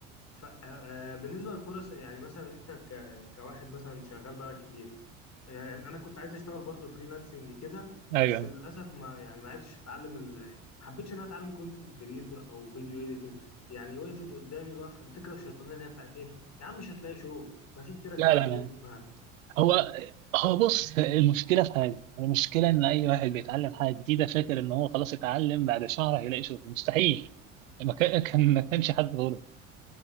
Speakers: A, on the left; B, on the right.
A: ف... آه آه، بالنسبه للفرص يعني مثلا انت ك... كواحد مثلا شغال بقالك كتير يعني انا كنت عايز اشتغل برضو فريلانسنج كده
B: أيوه
A: بس للاسف ما يعني ما عرفتش اتعلم ال... ما حبيتش ان انا اتعلم كونتنت كريتور او فيديو اديتنج يعني وقفت قدامي الوقف الفكره الشيطانيه اللي هي بتاعت ايه يا عم مش هتلاقي شغل ما في كتير
B: لا
A: اتعلمها
B: لا لا هو هو بص المشكلة في حاجة المشكلة إن أي واحد بيتعلم حاجة جديدة فاكر إن هو خلاص اتعلم بعد شهر هيلاقي شغل مستحيل ما كان كان- ما كانش حد غلط